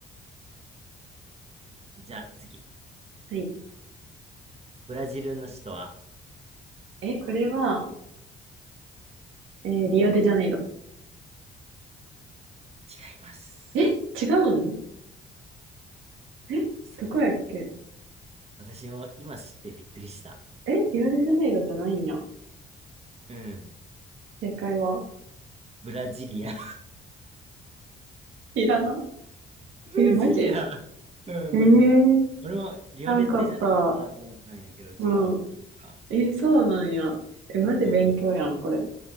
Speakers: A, on the right; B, on the right.
A: じゃあ次。
B: はい。
A: ブラジルの首都は
B: え、これは、えーリオデジャネイロ。
A: 違います。
B: え、違うんえどこやっけ
A: そう。私も今知ってびっくりした。
B: えリオデジャネイロじゃないんや。
A: うん。
B: 正解は
A: ブラジリア。
B: ティラナ
A: <laughs> ブラジリア。
B: え、マジえ
A: うん、
B: ー、
A: マジ。
B: 知
A: 俺もリオデジャネイロかなと思ったんやけど、
B: らんかった。
A: 違うから。
B: うん。え、そうなんや。え、マジ勉強やん、
A: うん。
B: これ。